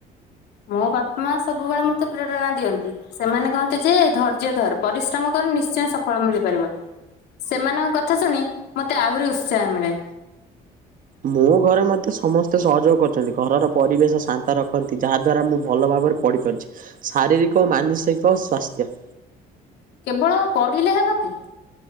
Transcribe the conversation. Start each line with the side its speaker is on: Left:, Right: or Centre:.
Left: ମୋ ବାପାମାଆ ସବୁବେଳେ ମତେ ପ୍ରେରଣା ଦିଅନ୍ତି। ସେମାନେ କହନ୍ତି ଯେ ଧୈର୍ଯ୍ୟ ଧର ପରିଶ୍ରମ କର ନିଶ୍ଚୟ ସଫଳ ମିଳିପାରିବ। ସେମାନଙ୍କ କଥା ଶୁଣି ମତେ ଆହୁରି ଉତ୍ସାହ ମିଳେ।
Right: ମୋ ଘରେ ମତେ ସମସ୍ତେ ସହଯୋଗ କରଛନ୍ତି ଘରର ପରିବେଶ ଶାନ୍ତ ରଖନ୍ତି ଯାହା ଦ୍ଵାରା ମୁଁ ଭଲ ଭାବରେ ପଢିପାରୁଛି ଶାରୀରିକ ଓ ମାନସିକ ସ୍ୱାସ୍ଥ୍ୟ
Left: କେବଳ ପଢିଲେ ହେବ କି?